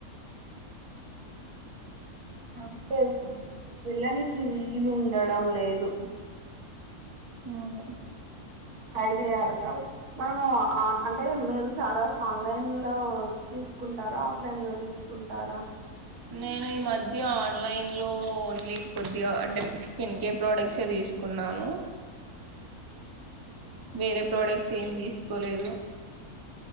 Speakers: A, on the right; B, on the right.
A: అంతే వెళ్ళనీకి వీలు ఉండడం లేదు
B: అవును
A: ట్రై చేయాల మనము అంటే మీరు చాలా వరకు ఆన్లైన్ లో తీసుకుంటారా ఆఫ్లైన్ లో తీసుకుంటారా
B: నేను ఈ మధ్య ఆన్లైన్ లో ఓన్లీ కొద్దిగా అంటే స్కిన్ కేర్ ప్రోడక్ట్స్ ఏ తీసుకున్నాను వేరే
A: అవునా
B: ప్రోడక్ట్స్ ఏం తీసు కొలెగో